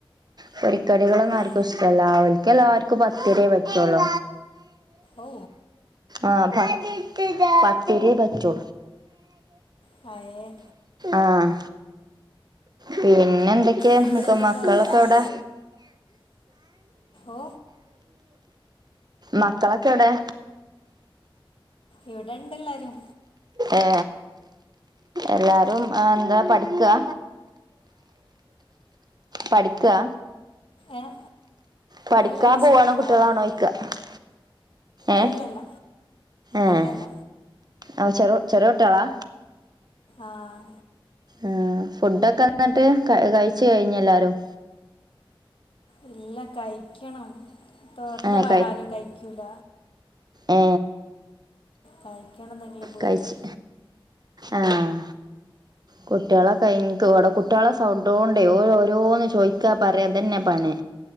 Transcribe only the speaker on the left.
ഏ
ഓ
പയേ
പിന്നെന്തൊക്കെ
വർത്താനം
ഓ
ഇവിടെണ്ട് എല്ലാരും
ഏഹ
അല്ല അല്ല
ചെറ്യ
വാവണ്ട്
അല്ലല്ല
അല്ലല്ല
ആഹ്
ഇല്ല കഴിക്കണം തൊറന്ന
പാടെ ആരും കഴിക്കൂല
കഴിക്കണം എന്തെങ്കിലും പോയിട്ട്